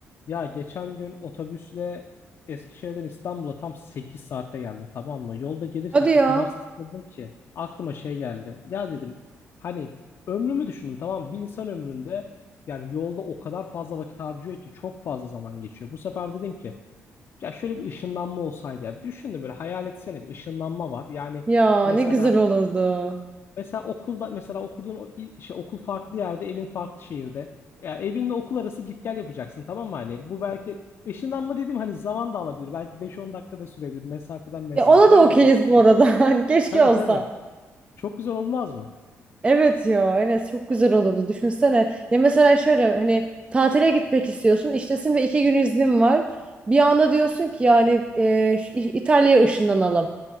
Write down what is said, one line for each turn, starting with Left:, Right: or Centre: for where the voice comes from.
Left: Ya geçen gün otobüsle Eskişehir'den İstanbul'a tam 8 saatte geldim tamam mı? Yolda gelirken
Right: Hadi ya.
Left: o kadar sıkıldım ki aklıma şey geldi. Ya dedim hani ömrümü düşündüm tamam mı? Bir insan ömründe yani yolda o kadar fazla vakit harcıyor ki çok fazla zaman geçiyor. Bu sefer dedim ki ya şöyle bir ışınlanma olsaydı ya düşündüm böyle hayal etsene bir ışınlanma var. Yani
Right: Ya
Left: mesela
Right: ne güzel olurdu.
Left: Mesela okulda mesela okuduğun o il- şey okul farklı yerde, evin farklı şehirde. Ya evinle okul arası git gel yapacaksın tamam mı? Hani bu belki ışınlanma dediğim hani zaman da alabilir. Belki 5-10 dakikada sürebilir mesafeden mesafeye
Right: Ya ona da
Left: ama
Right: okeyiz
Left: böyle hızlı
Right: bu
Left: git.
Right: arada. <laughs> Hani keşke
Left: Tabii
Right: olsa.
Left: tabii. Çok güzel olmaz mı?
Right: Evet ya Enes çok güzel olurdu. Düşünsene. Ya mesela şöyle hani tatile gitmek istiyorsun. İştesin ve iki gün iznin var. Bir anda diyorsun ki yani e, şu İ- İtalya'ya ışınlanalım